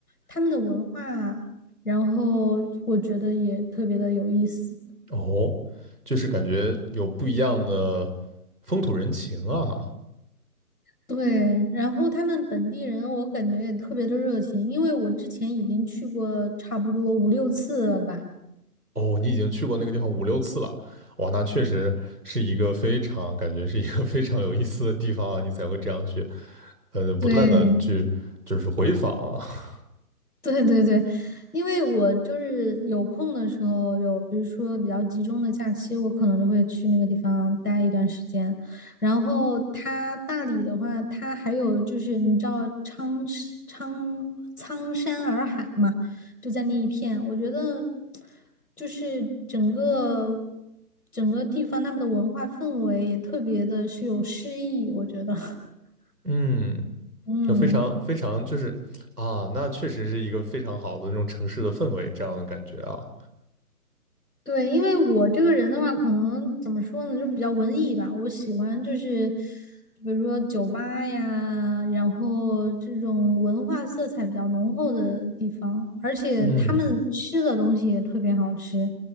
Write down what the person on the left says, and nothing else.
他们的文化，然后我觉得也特别的有意思。
对，然后他们本地人，我感觉也特别的热情，因为我之前已经去过差不多五六次了吧。
对，<laughs> 对对对，因为我就是有空的时候，有比如说比较集中的假期，我可能就会去那个地方待一段时间。然后它大理的话，它还有就是你知道苍山苍苍山洱海嘛，就在那一片，我觉得就是整个整个地方他们的文化氛围也特别的是有诗意，我觉得，<laughs>
嗯。
对，因为我这个人的话，可能怎么说呢，就比较文艺吧。我喜欢就是，比如说酒吧呀，然后这种文化色彩比较浓厚的地方，而且他们吃的东西也特别好吃。